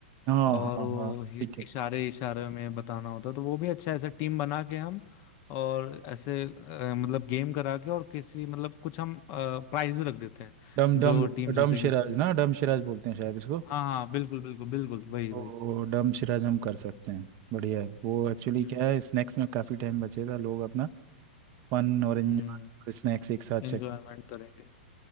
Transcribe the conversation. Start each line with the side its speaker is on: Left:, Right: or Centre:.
Right: हाँ
Left: और
Right: हाँ
Left: वो
Right: हाँ
Left: हि-
Right: ठीक है
Left: इशारे इशारे में बताना होता है तो वो भी अच्छा है ऐसे टीम बना के हम और ऐसे अ, मतलब गेम करा के और किसी मतलब कुछ हम प्राइज भी रख देते हैं
Right: डम
Left: जो
Right: डम
Left: टीम जीतेगी
Right: डम शिराज
Left: उसके लिए कुछ
Right: ना डम शिराज बोलते हैं शायद इसको
Left: हाँ हाँ बिल्कुल बिल्कुल बिल्कुल वही
Right: तो
Left: वही
Right: डम शिरा हम कर सकते हैं बढ़िया है वो एक्चुअली
Left: हम्म
Right: क्या है स्नैक्स में काफ़ी टाइम बचेगा लोग अपना फन और
Left: हम्म
Right: एंजॉय और स्नैक्स एक साथ चेक
Left: एंजॉयमेंट करेंगे